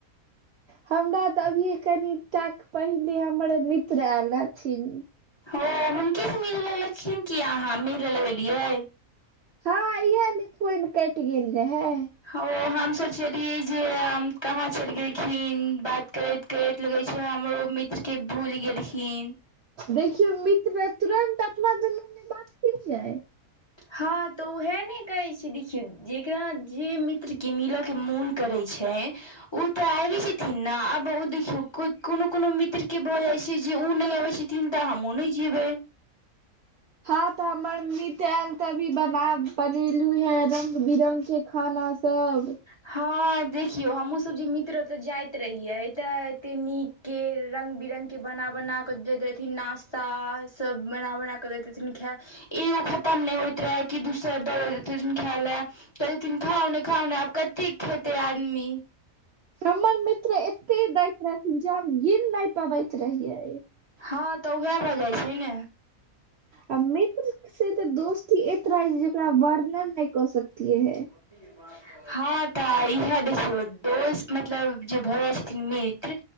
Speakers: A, on the right; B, on the left.
A: हमरा तऽ अभिये कनिटाक पहिने हमर मित्र ऐल रहथिन।
B: हं हुनके से मिले लगलखिन, की अहाँ मिले लगलियै।
A: हँ-हँ इहें ले फोन कटि गेल रहेंय।
B: ओ हम सोचलियै जे अम कहाँ चलि गेलखिन बात करैत कहैत लगै छै, हमरो ओ मित्रके भूलि गेलखिन।
A: देखियौ मित्र तुरन्त अपना दुनू मे बात केलियै।
B: हँ तऽ उहें नहि कहै छी, देखियौ जेकरा जे मित्रके मिलऽ के मोन करै छय उ तऽ आइबे जेथिन ना, आब ओ देखियौ कोनो-कोनो मित्र के भ जाइ छै जे उ नहि अबै छ थिन त हमहुं नहि जेबै।
A: हँ तऽ हमर मित्र ऐल तभी बना बनेलु हैं रंग-बिरंग के खाना सब।
B: हँ देखियौ हमहूँ सब जे मित्र ओतऽ जाइत रहियै तऽ एते नी के रंग - बिरंगके बना-बना क दैत रहथिन, नश्ता सब बना बनााकऽ दैत रहथिन खै एगो खत्तम नहि होइत रहें, कि दुसरा द दैत रहथीन खाय लैं, कहितथीन खाउ ने खाउ न आब कते खेतै आदमी।
A: हमर मित्र एते दैत रहथिन, जे हम गिन नहि पाबैत रहियै।
B: हँ तऽ उहैं भऽ जाइ छै ने।
A: आ मित्र से त दोस्ती एत रहाय छै, जेकरा वर्णन नहि क सकतिये हैं।
B: <inaudible> हँ तऽ इहैं देखियौ दोस मतलब जे भऽ जाइ छथिन मित्र